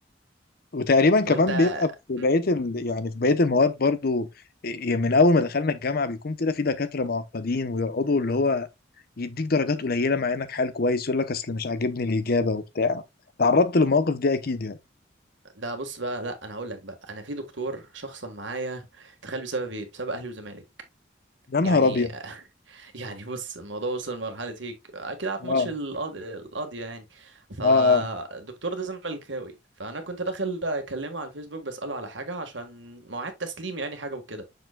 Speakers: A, on the left; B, on the right.
A: وتقريبا كمان
B: طب انت
A: بيبقى في
B: مم،
A: بقيه ال... يعني في بقيه المواد برضو يعني من اول ما دخلنا الجامعه بيكون كده في دكاتره معقدين ويقعدوا اللي هو يديك درجات قليله مع انك حال كويس يقول لك اصل مش عاجبني الاجابه وبتاع تعرضت للمواقف دي اكيد يعني
B: ده بص بقى لا انا هقول لك بقى انا في دكتور شخصا معايا تخيل بسبب ايه بسبب اهلي وزمالك
A: يا نهار
B: يعني
A: ابيض
B: <laughs> يعني بص الموضوع وصل لمرحلة هيك أكيد عارف
A: اه
B: ماتش القاض- القاضية يعني فالدكتور
A: اه اه
B: ده زملكاوي فأنا كنت داخل أكلمه على الفيسبوك بسأله على حاجة عشان مواعيد تسليم يعني حاجة وكده